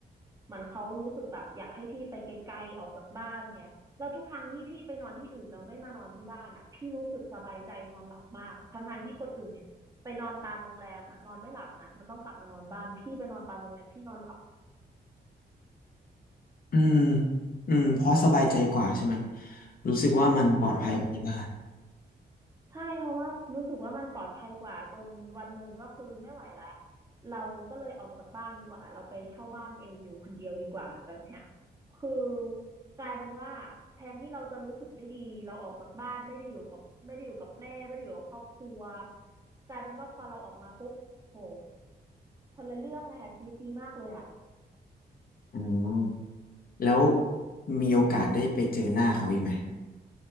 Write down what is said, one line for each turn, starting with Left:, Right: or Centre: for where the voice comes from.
Right: เหมือนเขารู้สึกแบบอยากให้พี่ไปไกลๆออกจากบ้านไงแล้วทุกครั้งที่พี่ไปนอนที่อื่นแล้วไม่มานอนที่บ้านอ่ะพี่รู้สึกสบายใจนอนหลับมากทั้งๆที่คนอื่นเนี่ยไปนอนตามโรงแรมอ่ะนอนไม่หลับนะมันต้องกลับมานอนบ้านพี่ไปนอนตามโรงแรมพี่นอนหลับ
Left: อืมอืมเพราะสบายใจกว่าใช่ไหมรู้สึกว่ามันปลอดภัยกว่าที่บ้าน
Right: ใช่ ใช่เพราะว่ารู้สึกว่ามันปลอดภัยกว่าจนวันหนึ่งก็คือไม่ไหวละเราก็เลยออกจากบ้านดีกว่าเราไปเช่าบ้านเองอยู่คนเดียวดีกว่าแบบเนี้ยคือกลายเป็นว่าแทนที่เราจะรู้สึกไม่ดีเราออกจากบ้านไม่ได้อยู่กับไม่ได้อยู่กับแม่ไม่ได้อยู่กับครอบครัวกลายเป็นว่าพอเราออกมาปุ๊บโหคนละเรื่องเลยอะชีวิตดีมากเลยอะ
Left: อ๋อแล้วมีโอกาสได้ไปเจอหน้าเขาอีกไหม